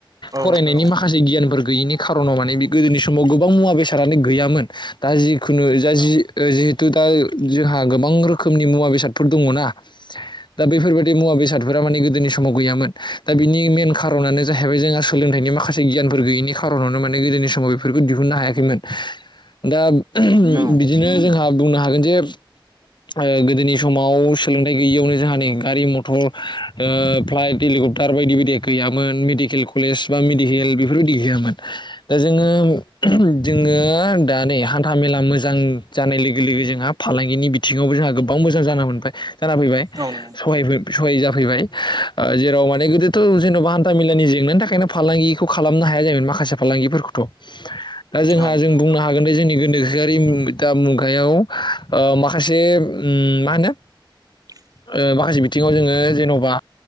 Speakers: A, on the right (about 45°); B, on the left (about 60°).
A: औ नोंथां औ
B: फरायनायनि
A: नोंथां
B: माखासे गियानफोर गैयिनि खार'नाव माने बे गोदोनि समाव गोबां मुवा बेसादानो गैयामोन दा जिखुनु जा जि जि दा जोंहा गोबां रोखोमनि मुवा बेसादफोर दङ'ना, दा बेफोरबायदि मुवा बेसाद फोरा माने गोदोनि समाव गैयामोन दा बिनि मेइन खार'नानो जाहैबाय जोंहा सोलोंथाइनि माखासे गियानफोर गैयिनि खार'नावनो माने गोदोनि समाव बेफोरखौ दिहुननो हायाखैमोन। दा बिदिनो
A: औ
B: जोंहा बुंनो हागोन जे ओ गोदोनि समाव सोलोंथाइ गैयियावनो जोंहानि गारि मथर ओ फ्लाइट हेलीकप्टार बायदि बायदिया गैयामोन मेडिकेल कलेज बा मेडिकेल बेफोरबायदि गैयामोन। दा जोङो जोङो दा नै हान्था मेला मोजां जानाय लोगो लोगो जोंहा फालांगिनि बिथिङावबो जोंहा गोबां मोजां जाना मोनबाय जाना फैबाय
A: नोंथां औ
B: सहाय जाफैबाय ओ जेराव माने गोदोथ' जेन'बा हान्था मेलानि जेंनानि थाखायनो फालांगिखौ खालामनो हाया जायोमोन माखासे फालांगिफोरखौथ' दा जोंहा
A: औ नोंथां
B: जों बुंनो हागोन दे जोंनि गोनोखोआरि दा मुगायाव ओ माखासे मा होनो
A: <inaudible>
B: ओ माखासे बिथिङाव जोङो जेन'बा